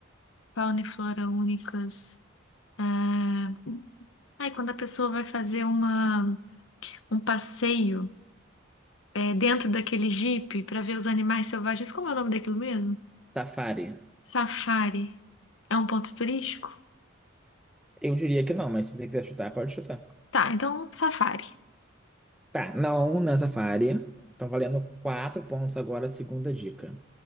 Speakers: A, on the left; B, in the centre.
A: Fauna e flora únicas. Ah, Ai, quando a pessoa vai fazer uma, um passeio é, dentro daquele jipe para ver os animais selvagens, como é o nome daquilo mesmo?
B: Safari.
A: Safari. É um ponto turístico?
B: Eu diria que não, mas se você quiser chutar, pode chutar.
A: Tá, então safari.
B: Tá, não na área. Estão valendo quatro pontos agora, a segunda dica.